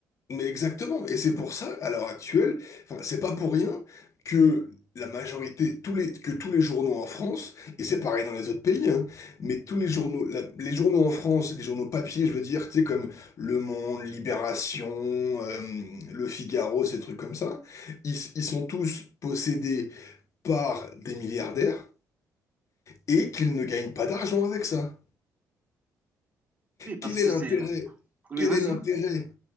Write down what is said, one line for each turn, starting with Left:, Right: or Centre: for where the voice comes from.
Left: Mais exactement, et c'est pour ça, à l'heure actuelle, enfin, c'est pas pour rien que la majorité, tous les, que tous les journaux en France, et c'est pareil dans les autres pays, hein, mais tous les journaux, la- les journaux en France, les journaux papier, je veux dire, tu sais, comme Le Monde, Libération, euh, Le Figaro, ces trucs comme ça, ils, ils sont tous possédés par des milliardaires et qu'ils ne gagnent pas d'argent avec ça.
Right: Oui, parce
Left: Quel
Right: que
Left: est l'intérêt?
Right: c'est... Oui,
Left: Quel
Right: vas-y.
Left: est l'intérêt